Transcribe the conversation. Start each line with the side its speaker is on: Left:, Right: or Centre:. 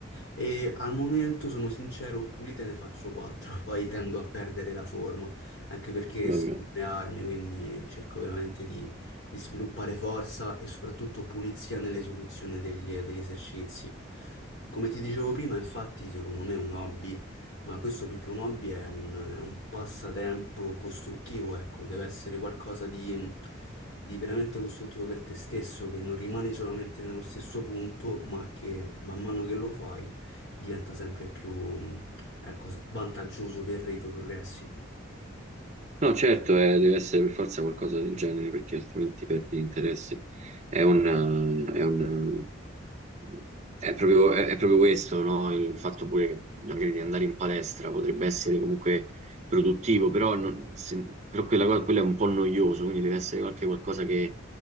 Left: e al momento sono sincero, pulite ne faccio quattro, <laughs> poi tendo a perdere la forma, anche perché
Right: Vabbè.
Left: sto per le armi, quindi cerco veramente di, di sviluppare forza e soprattutto pulizia nell'esecuzione degli, degli esercizi. Come ti dicevo prima, infatti, secondo me è un hobby ma questo più che un hobby è un, è un passatempo costruttivo, ecco, deve essere qualcosa di, di veramente costruttivo per te stesso, che non rimani solamente nello stesso punto, ma che man mano che lo fai diventa sempre più, mh, ecco, s- vantaggioso per i tuoi progressi.
Right: No, certo, eh, deve essere per forza qualcosa del genere, perché altrimenti perdi l'interesse. È un, eh, è un, eh, è proprio, è- è proprio questo, no? Il fatto pure che magari di andare in palestra potrebbe essere comunque produttivo, però, non- se- però quella, cosa- quello è un po' noioso, quindi deve essere qualche qualcosa che